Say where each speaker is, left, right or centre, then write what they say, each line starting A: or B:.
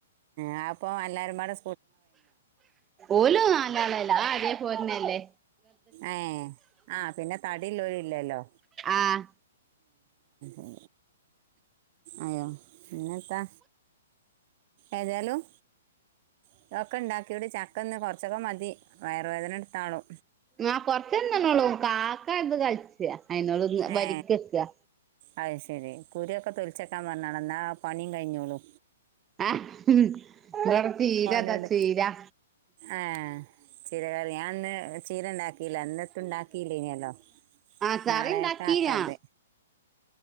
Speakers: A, on the right; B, on the right.
A: ആ അപ്പൊ എല്ലാരുംടെ
B: ഓലു നാലളല്ല അതേ പോന്നെല്ലേ
A: ഏ ആ പിന്നെ തടി ഒല്ലോര് ഇല്ലല്ലോ
B: ആഹ്
A: ആ അയോ എന്നെത്താ ഏതായാലും ഇത ഒക്കെ ഉണ്ടാക്കി ഇവിടെ ചക്ക ഒന്ന് കുറച്ചൊക്കെ മതി വയറുവേദന എടുത്താളൂ
B: ആ പൊറത്തെന്തന്നോള്ളൂ കാക്ക ഇത് കളിച്ച അയിന്നോള് ഒന്ന്
A: ഏ
B: വരിക്ക് വക്കുക
A: അത് ശരി കുരുവെക്കെ തൊലിച്ചേക്കാൻ പറഞ്ഞാണ് എന്നാൽ പണിയും കഴിഞ്ഞോളൂ
B: ആ ഇ ചീരാതാ
A: ഓനോട്
B: ചീരാ
A: ആ ചീര കാര്യ ഞാൻഅന്ന് ചീര ഉണ്ടാക്കിയില്ല എന്നിട്ട് ഉണ്ടാക്കിയില്ല ഇനല്ലോ
B: ആഹ് കറി
A: നാളെ
B: ഉണ്ടാക്കീനാ
A: തക്കതെ